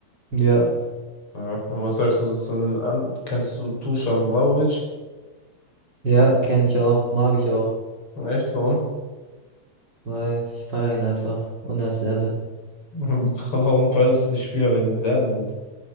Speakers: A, on the right; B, on the left.
A: Ja,
B: Ja. Und was sagst du so zu den an? Kennst du Dusan Vlahovic?
A: ja, kenne ich auch, mag ich auch,
B: Echt? Warum?
A: weil ich feiere ihn einfach. Und er ist Serbe.
B: <laughs> Warum feierst du die Spieler, wenn die Serben sind?